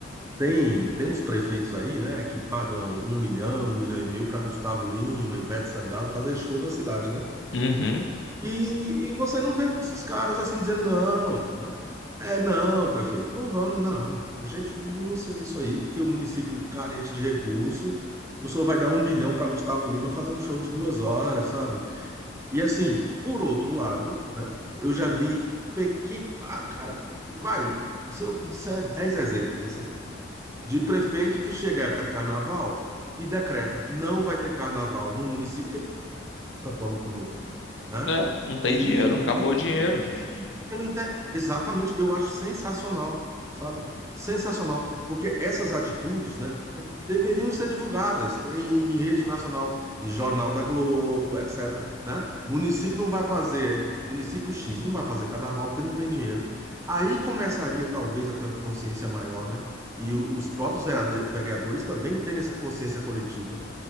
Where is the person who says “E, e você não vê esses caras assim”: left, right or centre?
Right